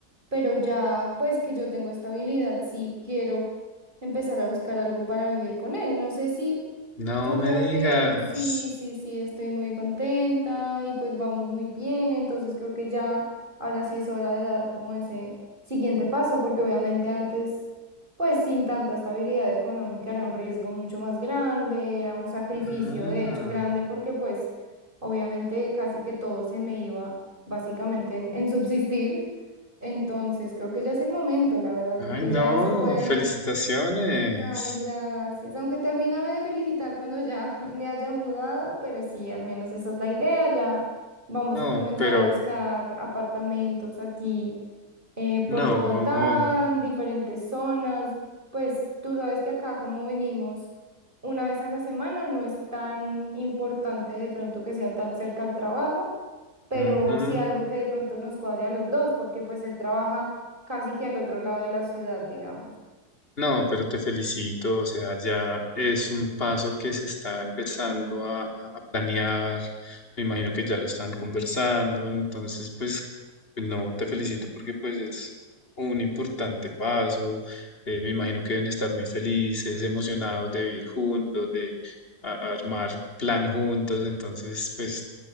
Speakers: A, on the right (about 30°); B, on the left (about 35°).
A: pero ya pues que yo tengo estabilidad, sí quiero empezar a buscar algo para vivir con él. No sé si,
B: No
A: yo creo
B: me digas.
A: que sí, sí, sí, estoy muy contenta y pues vamos muy bien, entonces creo que ya ahora sí es hora de dar como ese siguiente paso, porque obviamente antes pues sin tanta estabilidad económica era un riesgo mucho más grande, era un sacrificio
B: Ah,
A: de hecho grande porque pues obviamente casi que todo se me iba básicamente en, en subsistir. Entonces creo que ya es el momento, la verdad, creo
B: ay,
A: que
B: no.
A: ya se puede.
B: Felicitaciones.
A: Ay, gracias. Aunque termíname de felicitar cuando ya <laughs> me haya mudado, pero sí, al menos esa es la idea. Ya vamos
B: No,
A: a comenzar
B: pero
A: a buscar apartamentos aquí eh, por
B: no.
A: Bogotá, en diferentes zonas. Pues tú sabes que acá como venimos una vez a la semana, no es tan importante de pronto que sea tan cerca al trabajo, pero
B: ujú,
A: sí algo que de pronto nos cuadre a los dos, porque pues él trabaja casi que al otro lado de la ciudad, digamos.
B: No, pero te felicito, o sea, ya es un paso que se está empezando a, a- a planear, me imagino que ya lo están conversando, entonces pues pues no, te felicito porque pues es un importante paso, eh, me imagino que deben estar muy felices, emocionados de vivir juntos, de a- armar plan juntos, entonces pues